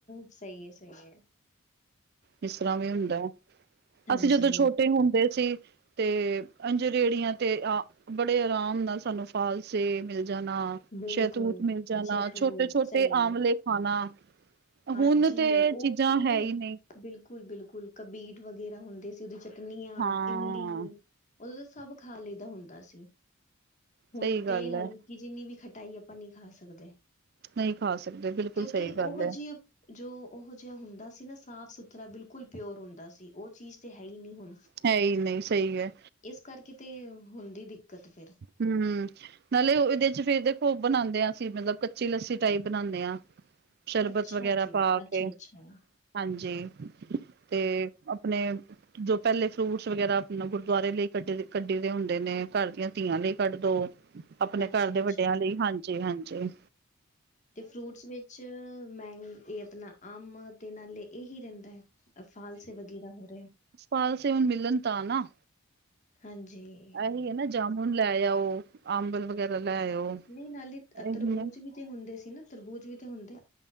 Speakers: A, on the left (about 35°); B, on the right (about 45°).
A: ਸਹੀ ਏ- ਸਹੀ ਏ।
B: ਇਸ ਤਰਾਂ ਵੀ ਹੁੰਦਾ,
A: ਹਾਂਜੀ
B: ਅਸੀਂ ਜਦੋਂ ਛੋਟੇ ਹੁੰਦੇ ਸੀ। ਤੇ ਅੰਜਰੇੜੀਆਂ ਤੇ ਆ ਬੜੇ ਆਰਾਮ ਨਾਲ ਸਾਨੂੰ ਫਾਲਸੇ ਮਿਲ ਜਾਣਾ।
A: ਬਿਲਕੁਲ
B: ਸ਼ਹਿਤੂਤ ਮਿਲ ਜਾਣਾ,
A: ਸ਼ਹਿਤੂਤ
B: ਛੋਟੇ-ਛੋਟੇ
A: ਸਹੀ
B: ਆਮਲੇ
A: ਹੈ
B: ਖਾਣਾ।
A: ਹਾਂਜੀ
B: ਹੁਣ ਤੇ
A: ਉਹ
B: ਚੀਜ਼ਾਂ
A: ਤੇ
B: ਹੈ ਹੀ ਨਹੀਂ।
A: ਬਿਲਕੁਲ- ਬਿਲਕੁਲ ਕਬੀਟ ਵਗੈਰਾ ਹੁੰਦੇ ਸੀ। ਉਹਦੀ ਚਟਨੀਆਂ,
B: ਹਾਂ।
A: ਇਮਲੀ, ਉਦੋਂ ਤਾਂ ਸਭ ਖਾ ਲਈਦਾ ਹੁੰਦਾ ਸੀ। ਹੁਣ
B: ਸਹੀ
A: ਤੇ
B: ਗੱਲ
A: ਹਲ-
B: ਹੈ
A: ਕਿ ਜਿੰਨੀ ਵੀ ਖਟਾਈ ਆਪਾਂ ਨਹੀਂ ਖਾ ਸਕਦੇ।
B: ਨਹੀਂ ਖਾ ਸਕਦੇ ਬਿਲਕੁਲ
A: ਕਿਉਂਕਿ
B: ਸਹੀ ਗੱਲ
A: ਉਹੋ
B: ਏ।
A: ਜਿਹੀ ਜੋ ਉਹੋ ਜਿਹਾ ਹੁੰਦਾ ਸੀ ਨਾ ਸਾਫ ਸੁਥਰਾ ਬਿਲਕੁਲ ਪਿਓਰ ਹੁੰਦਾ ਸੀ। ਉਹ ਚੀਜ਼ ਤੇ ਹੈ ਹੀ ਨਹੀਂ ਹੁਣ।
B: ਹੈ ਹੀ ਨਹੀਂ ਸਹੀ ਏ।
A: ਇਸ ਕਰਕੇ ਤੇ ਹੁੰਦੀ ਦਿੱਕਤ ਫਿਰ।
B: ਹੂੰ। ਨਾਲੇ ਇਹਦੇ ਚ ਫੇਰ ਦੇਖੋ ਬਣਾਉਂਦੇ ਹਾਂਸੀਂ ਮਤਲਬ ਕੱਚੀ ਲੱਸੀ ਟਾਈਪ ਬਣਾਉਂਦੇ ਹਾਂ। ਸ਼ਰਬਤ
A: ਅੱਛਾ
B: ਵੇਗਰਾ
A: ਜੀ
B: ਪਾ
A: ਅੱਛਾ
B: ਕੇ,
A: ਅੱਛਾ
B: ਹਾਂਜੀ। ਤੇ ਆਪਣੇ- ਜੋ ਪਹਿਲੇ ਫਰੂਟਸ ਵਗੈਰਾ ਆਪਣਾ ਗੁਰਦੁਆਰੇ ਲਈ ਕੱਢ ਕੱਢੀ ਦੇ ਹੁੰਦੇ ਨੇ। ਘਰ ਦੀਆਂ- ਧੀਆਂ ਲਈ ਕੱਢ ਦੋ, ਆਪਣੇ
A: ਅੱਛਾ
B: ਘਰ ਦੇ
A: ਅੱਛਾ
B: ਵੱਡਿਆਂ ਲਈ, ਹਾਂਜੀ- ਹਾਂਜੀ।
A: ਤੇ ਫਰੂਟਸ ਵਿੱਚ ਮੈਂਗ ਇਹ ਆਪਣਾ ਆਮ ਤੇ ਨਾਲੇ ਇਹ ਹੀ ਰਹਿੰਦਾ। ਏ ਫਾਲਸੇ ਵਗੈਰਾ ਹੋ ਰਹੇ।
B: ਫਾਲਸੇ ਹੁਣ ਮਿਲਣ ਤਾਂ ਨਾ।
A: ਹਾਂਜੀ।
B: ਇਹੀ ਹੈ ਨਾ ਜਾਮੁਨ ਲੈ ਆਓ ਅੰਬ ਵਗੈਰਾ ਲੈ ਆਓ
A: ਨਹੀਂ ਨਾਲੇ
B: ਇਹੀ
A: ਤਰਬੂਜ
B: ਨਾ।
A: ਵੀ ਤੇ ਹੁੰਦੇ ਸੀ ਨਾ ਤਰਬੂਜ ਵੀ ਤੇ ਹੁੰਦੇ।